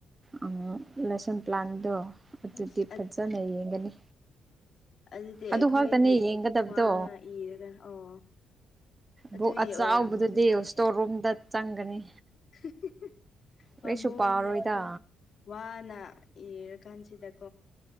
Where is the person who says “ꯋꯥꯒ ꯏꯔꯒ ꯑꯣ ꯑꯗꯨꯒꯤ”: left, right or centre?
Left